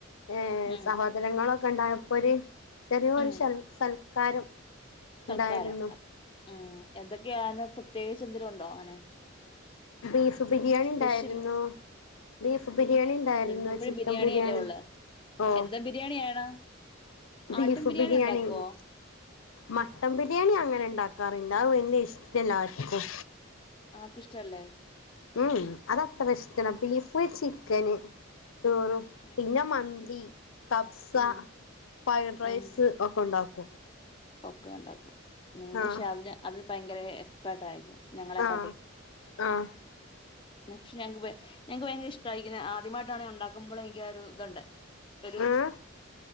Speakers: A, on the left; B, on the left.
A: ഏഹ്
B: ഉം
A: സഹോദരങ്ങളൊക്കെ ഉണ്ടായപ്പോ ഒര് ചെറിയൊരു
B: ഉം
A: സൽ സൽക്കാരം
B: സൽക്കാരം
A: ഉണ്ടായിരുന്നു
B: ഉം എന്തൊക്കെയ അന്ന് പ്രത്യേകിച്ച് എന്തേരും ഉണ്ടോ അങ്ങനെ
A: ബീഫ് ബിരിയാണി
B: സ്പെഷ്യൽ
A: ഉണ്ടായിരുന്നു ബീഫ് ബിരിയാണി ഉണ്ടായിന്ന്
B: നിങ്ങക്ക് എപ്പഴും
A: ചിക്കം ബിരിയാണി
B: അല്ലേ ഉള്ളെ
A: ഓ
B: എന്താ ബിരിയാണിയാണ്
A: ബീഫ്
B: ആട്ടും
A: ബിരിയാണി
B: ഉണ്ടാക്കുവോ
A: മട്ടൻ ബിരിയാണി അങ്ങനെ ഉണ്ടാക്കാറ്ല്ല അഹ് വല്യ ഇഷ്ടമല്ലാർക്കും
B: ആക്ക് ഇഷ്ടല്ലേ
A: ഉം അത് അത്ര ഇഷ്ടല്ല ബീഫ് ചിക്കന് ചോറും
B: ഉം
A: പിന്നെ മന്തി കബ്സ
B: ഉം
A: ഫ്രൈഡ് റൈസ്
B: ഉം
A: ഒക്കെ ഉണ്ടാക്കും
B: ഒക്കെ ഉണ്ടാക്കും <unintelligible> പക്ഷേ
A: ആഹ്
B: അത് അത് ഭയങ്കര എസ്പേർട്ട ആയിരിക്കും ഞങ്ങളെക്കാട്ടി
A: ആഹ് ആഹ്
B: പക്ഷെ ഞക്ക് ഞക്ക് ഭയങ്കര ഇഷ്ടമായിരിക്കെ ആദ്യമായിട്ടാണ് ഉണ്ടാക്കുമ്പോള് എനിക്ക് ഒരു ഇതുണ്ട് ഒരു
A: ഏഹ്